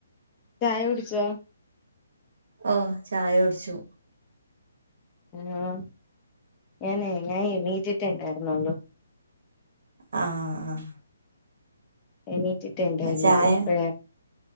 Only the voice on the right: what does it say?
ഓ ചായ ഒടിച്ചു
ആഹ് ആഹ്
ആഹ് ചായ